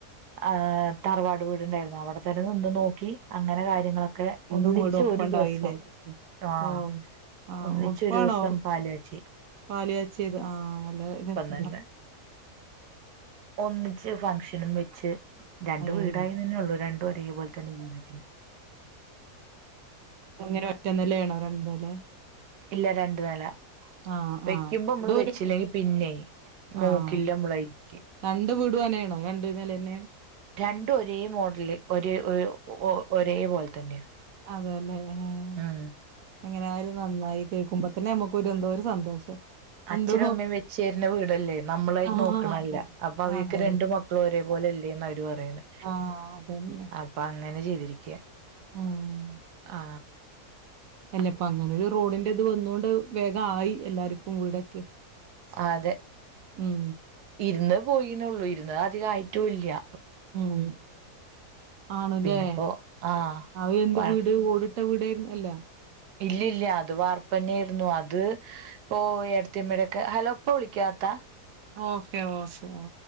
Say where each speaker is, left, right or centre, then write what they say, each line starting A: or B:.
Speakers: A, on the right (about 80°); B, on the right (about 65°).
A: ആഹ് തറവാട് വീട്ണ്ടായിരുന്നു അവിടെ തന്ന നിന്ന് നോക്കി അങ്ങനെ കാര്യങ്ങളൊക്കെ
B: രണ്ടും
A: ഒന്നിച്ച്
B: വീടും ഒപ്പണ്ടായില്ലേ
A: ഒരു ദിവസം ആഹ്
B: ഓഹ് ആഹ്
A: ഒന്നിച്ച്
B: ഒപ്പാണോ
A: ഒരു ദിവസം പാൽ കാച്ചി
B: പാല് കാച്ചിയത് ആഹ് നല്ല രസ
A: തന്നെ ഒന്നിച്ച് ഫംഗ്ഷനും വെച്ച് രണ്ട്
B: ഏഹ്
A: വീടായി തന്നെ ഉള്ളൂ രണ്ടും ഒരേ പോലത്തെ <unintelligible>
B: എങ്ങനെ ഒറ്റ നില എണോ രണ്ട് നിലേ
A: ഇല്ല രണ്ടു നില
B: ആഹ്
A: വെക്കുമ്പോ
B: ആഹ് രണ്ടും
A: നമ്മള് വെച്ചില്ലെങ്കി
B: ഒരു
A: പിന്നെ നോക്കില്ല
B: ആഹ്
A: നമ്മളയ്ക്ക്
B: രണ്ട് വീടും അങ്ങനെ ആണോ രണ്ടുനില ലെന്നെ
A: രണ്ടും ഒരേ മോഡല് ഒരേ ഒരു ഒ ഒരേ പോലെ തന്നെയാ
B: അതേല്ലേ ഹേം
A: ഉം
B: എങ്ങനൊയാലും നന്നായി കേൾക്കുമ്പോ തന്നെ നമ്മുക്ക് എന്തോ ഒരു സന്തോഷം
A: അച്ഛനും
B: എന്തോ
A: അമ്മയും വെച്ചു തര്ന്ന വീടല്ലേ നമ്മളായി
B: ആഹ്
A: നോക്കണല്ല അപ്പൊ അവക്ക്
B: അതെ
A: രണ്ടു മക്ക ഒരേ പോലെ ഇല്ലേന്ന് അവര് പറയ്ന്നെ
B: ആഹ് അതന്നെ
A: ആ അപ്പങ്ങനെ ചെയ്തിരിക്ക്യ
B: ഉം
A: ആ
B: അല്ലെപ്പങ്ങനെ ഒരു റോഡിന്റത് വന്നോണ്ട് വേഗ ആയി എല്ലാരും വീടൊക്കെ
A: അതെ
B: മ്
A: ഇരുന്ന് പോയിന്നെള്ളു ഇരുന്ന് അധികം ആയിട്ടുംല്ല്യ
B: മ് ആണ്
A: പിന്നെപ്പോ
B: ലെ
A: ആഹ്
B: അവ എന്ത്
A: വഴ
B: വീട് ഓട് ട്ട വീട് അല്ല
A: ഇല്ല ഇല്ല അത് വാർപ്പന്നെയിരുന്നു അത് ഓഹ് ഏടത്തിമ്മടക്ക ഹലോ ഇപ്പ വിളിക്കാത്താ
B: ഓക്കെ ഓ സ്‌ ഓ